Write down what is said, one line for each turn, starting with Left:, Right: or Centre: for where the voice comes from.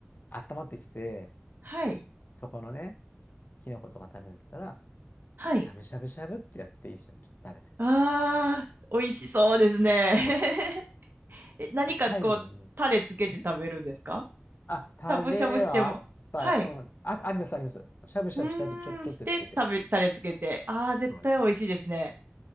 Left: 温まってきて、
Right: はい。
Left: そこのね、キノコとか食べるんだったら、
Right: はい。
Left: しゃぶしゃぶしゃぶってやって一緒にちょっと食べてくる。
Right: ああ、美味しそうですね。
Left: そうです。
Right: <laughs> え、何かこう、
Left: で、最後に、
Right: タレつけて食べるんですか
Left: んあ、タレはあった、
Right: しゃぶしゃぶしても。はい。
Left: うん、あ、あります、あります。しゃぶしゃぶした後、
Right: うーん、
Left: ちょ、ちょっとつけて。
Right: して食べ、タレつけて。ああ、絶対美味しいですね。
Left: そうです。